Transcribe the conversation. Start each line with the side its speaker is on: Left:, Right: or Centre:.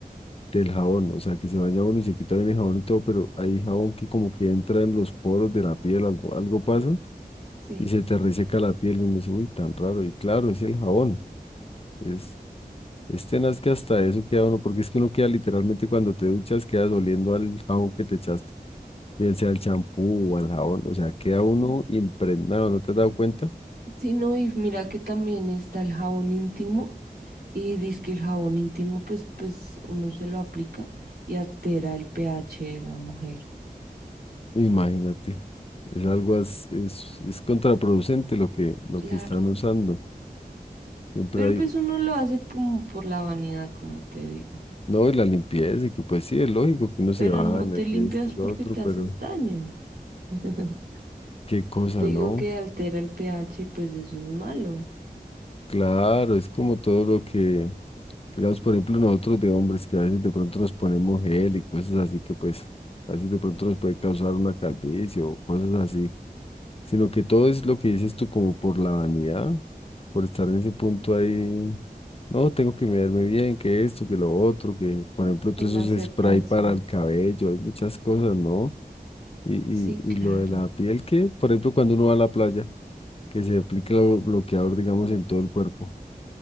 Left: del jabón, o sea, que se baña uno y se quita bien el jabón y todo, pero hay jabón que como que entra en los poros de la piel, algo, algo pasa
Right: Sí.
Left: y se te reseca la piel, uno dice, uy, tan raro, y claro, es el jabón, es, es tenaz que hasta eso queda uno, porque es que uno queda literalmente cuando te duchas, quedas oliendo al jabón que te echaste, bien sea al champú o al jabón, o sea, queda uno
Right: Mm.
Left: impregnado, ¿no te has dado cuenta?
Right: Sí, no, y mira que también está el jabón íntimo. Y dice que el jabón íntimo, pues, pues uno se lo aplica y altera el pH de la mujer.
Left: Imagínate. Es algo as- es, es contraproducente lo que, lo
Right: Claro.
Left: que están usando. Siempre
Right: Pero
Left: hay,
Right: pues uno lo hace como por la vanidad, como te digo.
Left: no, y la limpieza, y que pues sí, es lógico que uno se
Right: pero
Left: baña,
Right: no te limpias
Left: que esto y
Right: porque
Left: lo otro,
Right: te haces
Left: pero
Right: daño. <laughs>
Left: qué cosa,
Right: Te digo
Left: ¿no?
Right: que altera el pH, pues eso es malo.
Left: Claro, es como todo lo que, digamos, por ejemplo, nosotros de hombres que a veces de pronto nos ponemos gel y cosas así que pues a veces de pronto nos puede causar una calvicie o cosas así. sino que todo es lo que dices tú como por la vanidad, por estar en ese punto ahí, no, tengo que mirarme bien, que esto, que lo otro, que por ejemplo todos
Right: La
Left: esos
Right: aceptación.
Left: spray para el cabello, hay muchas cosas, ¿no? Y, y,
Right: Sí,
Left: y
Right: claro.
Left: lo de la piel, que por ejemplo cuando uno va a la playa, que se aplica el bloqueador, digamos, en todo el cuerpo.